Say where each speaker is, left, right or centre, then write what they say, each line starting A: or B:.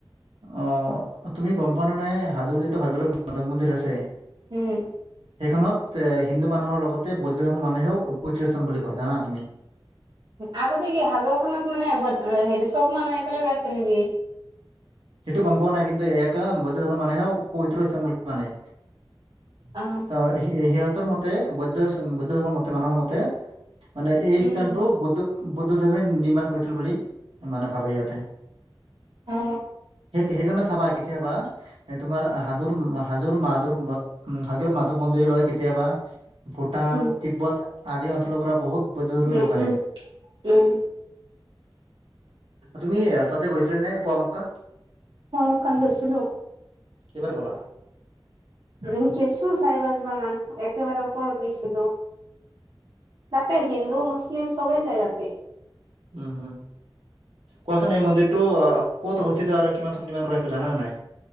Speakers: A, on the right; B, on the right.
A: আঁহ তুমি গম পোৱা নে নাই হাজৰটো সাগৰৰত মাধৱ মন্দিৰ আছে।
B: উম।
A: এইখনত এ হিন্দু মানুহৰ লগতে বৌদ্ধ ধৰ্মৰ মানুহেও পিতৃস্থান বুলি কয় জানা তুমি।
B: আগতে কি হাজৰ খত মানে হেৰি চব মানুহ একেলগে আছে নেকি?
A: সেইটো গম পোৱা নাই কিন্তু এক বৌদ্ধ ধৰ্মৰ মানুহে পৱিত্ৰ স্থান বুলি কোৱা নাই
B: অ
A: ত সিহঁতৰ মতে বৌদ্ধ, বৌদ্ধ ধৰ্মৰ মতে মানুহৰ মতে মানে এই
B: উম
A: স্থানটো বুদ্ধ বুদ্ধদৱে নিৰ্মাণ কৰিছিল। বুলি মানে ভাবে সিহঁতে।
B: অ
A: হে সেইকাৰণে চাবা কি। কেতিয়াবা এ তোমাৰ হাজোৰ হাজো মাহাদুৰ হাজ মাহাদৱ মন্দিৰ লয় কেতিয়াবা ভূটান,
B: উম
A: তিব্বত আদি অঞ্চলৰ পৰা বহুত বৌদ্ধধৰ্মী
B: উম
A: লোক আহে।
B: উম উম!
A: তুমি তাতে গৈছিলা? নে পুৱা মক্কা
B: অঁ পুৱা মক্কা গৈছিলোঁ।
A: কেইবাৰ গলা
B: গেইছোঁ চাৰি, পাঁচ বাৰ মান একেবাৰে ওপৰত গৈছিলো। তাতে হিন্দু, মুছলিম চবেই যায় তাতে।
A: উম হম। কোৱাচোন এই মন্দিৰটো ক'ত অৱস্থিত আৰু কিমান চনত নিৰ্মাণ কৰা হৈছিল জান নে নাই?